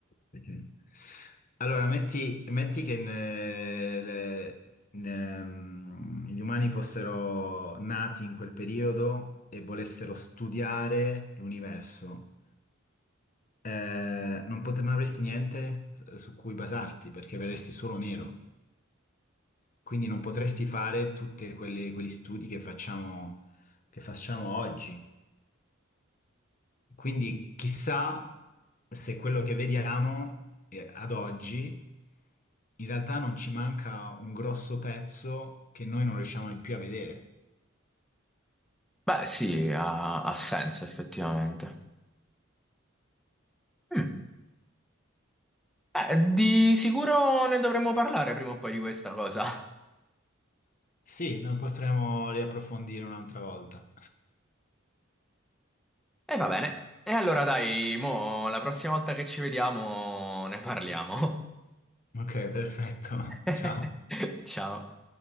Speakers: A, on the left; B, in the centre.
A: Perché? Allora, metti, metti che ne- le- ne- mm, gli umani fossero nati in quel periodo e volessero studiare l'universo, Eh, non pot- non avresti niente su cui basarti perché verresti solo nero. Quindi non potresti fare tutti quegli studi che facciamo, che facciamo oggi. Quindi chissà se quello che vediamo eh, ad oggi in realtà non ci manca un grosso pezzo che noi non riusciamo più a vedere.
B: Beh, sì, ha, ha senso effettivamente. Mm. Eh, di sicuro ne dovremmo parlare prima o poi di questa cosa.
A: Sì, noi potremo riapprofondire un'altra volta.
B: E va bene. E allora dai, mo, la prossima volta che ci vediamo ne parliamo.
A: Ok, perfetto.
B: <laughs>
A: <laughs> Ciao.
B: Ciao.